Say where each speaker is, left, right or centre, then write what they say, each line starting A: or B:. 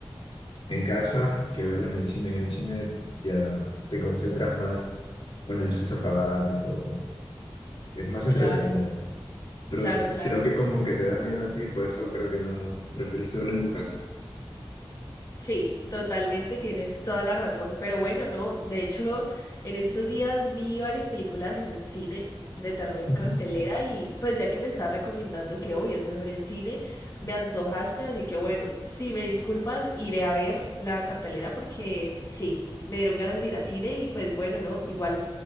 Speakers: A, on the left; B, on the left.
A: en casa que verla en el cine. En el cine ya te concentras más con las luces apagadas y todo. Es más
B: Claro,
A: entretenida. Pero
B: claro, claro.
A: creo que como que te da miedo a ti, por eso creo que no preferiste verla en tu casa.
B: Sí, totalmente, tienes toda la razón. Pero bueno, no, de hecho, en estos días vi varias películas en cine de terror en
A: Ujú.
B: cartelera y pues ya que me estás recomendando que hoy es mejor en cine, me antojaste, así que bueno, si me disculpas, iré a ver la cartelera porque sí, me dieron ganas de ir a cine y pues bueno, no, igual